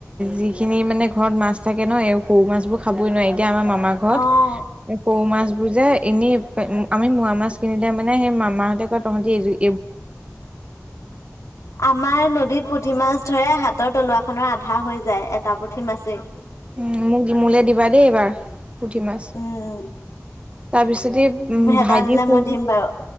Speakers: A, on the right; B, on the left.
A: যিখিনি মানে ঘৰত মাছ থাকে ন সৰু মাছ বোৰ খাবই নোৱাৰি। এতিয়া আমাৰ মামাৰ ঘৰত
B: অ',
A: সৰু মাছ বোৰ যে এনে আমি মোৱা মাছ কিনিলে মানে। মানে সেই মামাহঁতেকয় তহতি যোই।
B: আমাৰ নদীত পুঠি মাছ। ধৰে হাতৰ তলুৱা খনৰ আধা হৈ যায় এটা পুঠি মাছেই।
A: উম মোক মোলে দিবা দেই এইবাৰ পুঠি মাছ
B: উম,
A: তাৰপিছ। যদি উ
B: ভেটা
A: ভাইটি
B: দিলে
A: স
B: মই দিম বাৰু।